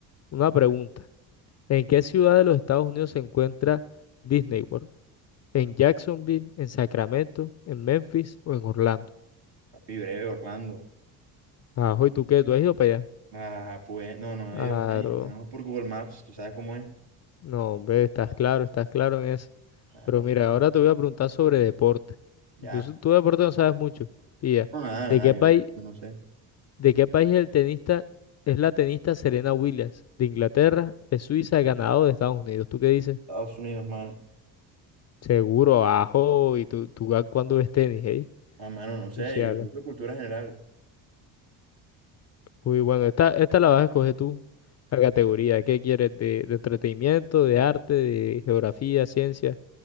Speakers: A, on the left; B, on the right.
A: Una pregunta. ¿En qué ciudad de los Estados Unidos se encuentra Disney World? ¿En Jacksonville, en Sacramento, en Memphis o en Orlando?
B: Papi breve, Orlando.
A: Ajo, ¿y tú qué? ¿Tú has ido para allá?
B: Ah, pues, no, no,
A: Claro.
B: yo, mani, no, por Google Maps, tú sabes cómo es.
A: No, hombre, estás claro, estás claro en eso.
B: Claro,
A: Pero mira,
B: no.
A: ahora te voy a preguntar sobre deporte.
B: Ya.
A: Y Tú, s- tú de deporte no sabes mucho. Pilla,
B: No, nada,
A: ¿de
B: nada,
A: qué país,
B: yo, yo no sé.
A: de qué país es el tenista, es la tenista Serena Williams? ¿De Inglaterra, de Suiza, de Canadá o de Estados Unidos? ¿Tú qué dices?
B: Estados Unidos, mano.
A: Seguro, ajo, y tú, tú a- cuándo ves tenis, ¿eh?
B: Ah, mano, no
A: Tú
B: sé,
A: sí hablas.
B: yo, yo soy cultura general.
A: Muy bueno, esta, esta la vas a escoger tú, la categoría. ¿Qué quieres? ¿De, de entretenimiento, de arte, de geografía, ciencia?